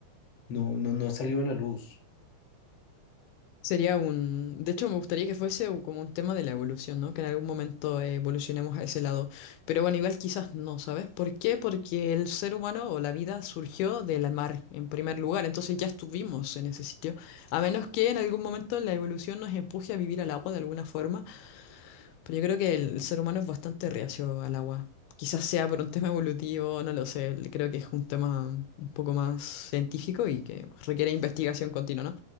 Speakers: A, on the left (about 50°); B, on the left (about 80°).
A: no, no, no han salido a la luz.
B: Sería un... De hecho, me gustaría que fuese u- como un tema de la evolución, ¿no? Que en algún momento eh, evolucionemos a ese lado. Pero bueno, igual quizás no, ¿sabes? ¿Por qué? Porque el ser humano o la vida surgió del mar en primer lugar. Entonces ya estuvimos en ese sitio. A menos que en algún momento la evolución nos empuje a vivir al agua de alguna forma. Pero yo creo que el ser humano es bastante reacio al agua. Quizás sea por un tema evolutivo, no lo sé. Creo que es un tema un poco más científico y que pues, requiere investigación continua, ¿no?